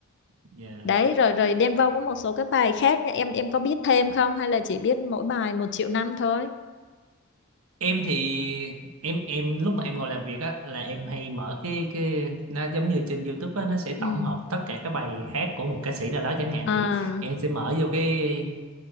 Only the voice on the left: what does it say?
đấy rồi rồi Đen Vâu có một số cái bài khác nha. em em có biết thêm không hay là chỉ biết mỗi bài một triệu năm thôi
ừ
à